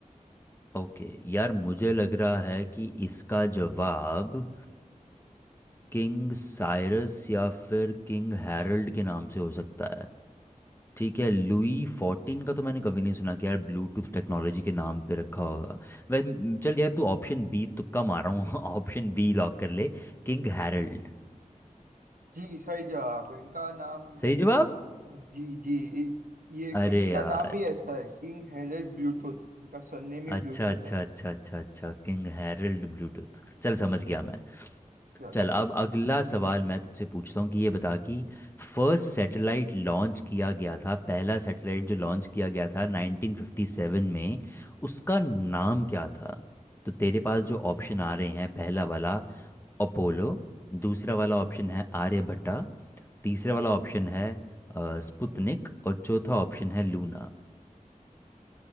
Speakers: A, on the left; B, on the right.
A: ओके यार मुझे लग रहा है कि इसका जवाब अ, किंग साइरस या फिर किंग हैरल्ड के नाम से हो सकता ठीक है लुई फोर्टीन का तो मैंने कभी नहीं सुना कि यार ब्लूटूथ टेक्नोलॉजी के नाम पे रखा होगा वै चल यार तू ऑप्शन बी तुक्का मार रहा हूँ <laughs> ऑप्शन बी लॉक कर ले किंग हैरल्ड
B: जी सही जवाब इनका नाम
A: सही जवाब
B: जी जी इ- ये
A: अरे
B: किंग का
A: यार
B: नाम ही ऐसा है किंग हेरल्ड ब्लूटूथ इनका सरनेम ही
A: अच्छा
B: ब्लूटूथ
A: अच्छा
B: है
A: अच्छा अच्छा अच्छा किंग हैरल्ड ब्लूटूथ चल समझ
B: जी
A: गया मैं
B: चल
A: चल अब अगला सवाल मैं तुझसे पूछता हूँ कि ये बता कि फर्स्ट सैटेलाइट लॉन्च किया गया था पहला सैटेलाइट जो लॉन्च किया गया था 1957 में उसका नाम क्या था तो तेरे पास जो ऑप्शन आ रहे हैं पहला वाला अपोलो दूसरा वाला ऑप्शन है आर्यभट्टा तीसरा वाला ऑप्शन है अ, स्पुतनिक और चौथा ऑप्शन है लूना